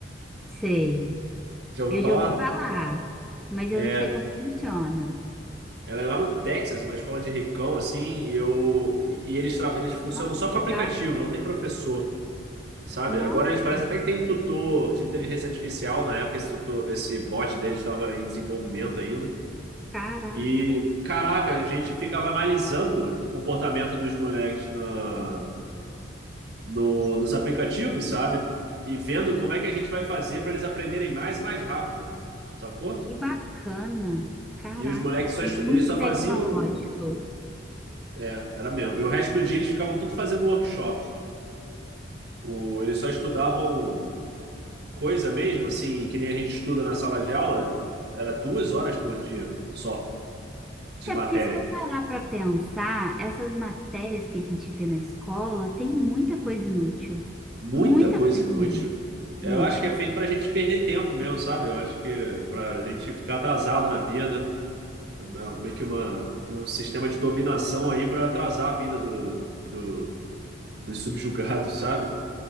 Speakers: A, in the centre; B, on the right.
A: sei.
B: Já ouviu
A: Eu
B: falar?
A: já ouvi falar, mas eu
B: É.
A: não sei como funciona.
B: Ela é lá no Texas, uma escola de ricão, assim, e eu e e eles, tra- eles funcionam
A: Nossa,
B: só
A: que
B: com
A: legal.
B: aplicativo, não tem professor. Sabe?
A: Nossa,
B: Agora eles parecem até que tem tutor de inteligência artificial. Na época, esse tutor, esse bot deles estava em desenvolvimento ainda.
A: caraca.
B: E, caraca, a gente ficava analisando o comportamento dos moleques na, no, nos aplicativos, sabe? E vendo como é que a gente vai fazer para eles aprenderem mais e mais rápido. Sacou?
A: Que bacana! Caraca,
B: E os moleques só,
A: muito
B: estu- eles só
A: tecnológico.
B: faziam. É, era mesmo. E o resto do dia eles ficavam tudo fazendo workshop. O, eles só estudavam coisa mesmo, assim, que nem a gente estuda na sala de aula, era duas horas por dia só de
A: É
B: matéria.
A: porque se for parar para pensar, essas matérias que a gente vê na escola tem muita coisa inútil.
B: Muita
A: Muita
B: coisa
A: coisa
B: inútil.
A: inútil.
B: Eu
A: Inútil.
B: acho que é feito para a gente perder tempo mesmo, sabe? Eu acho que para a gente ficar atrasado na vida, não, meio que uma, um sistema de dominação aí para atrasar a vida do, do, dos subjugados, sabe?